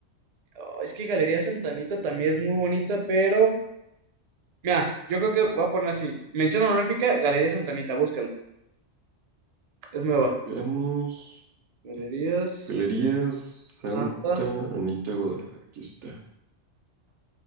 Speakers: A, on the right (about 40°); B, on the right (about 75°).
A: Oh, es que Galería Santanita también es muy bonita, pero. Mira, yo creo que voy a poner así. Mención honorífica, Galería Santanita, búscala. Es nueva.
B: Veamos.
A: Galerías
B: Galerías Santa
A: Santa.
B: Anita Guadalajara. Aquí está.